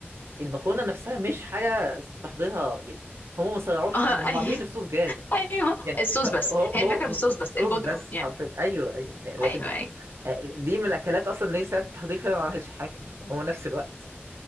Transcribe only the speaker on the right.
المكرونة نفسها مش حاجة تحضيرها يعني هم ما سرعوش
حاجة هم
عاملين الصوص جاهز
يعني
هو
هو
الصوص
بس
حرفيا أيوه أيوه لكن
دي من الأكلات أصلا اللي هي ساعة التحضير فيها ما عملش حاجة هو نفس الوقت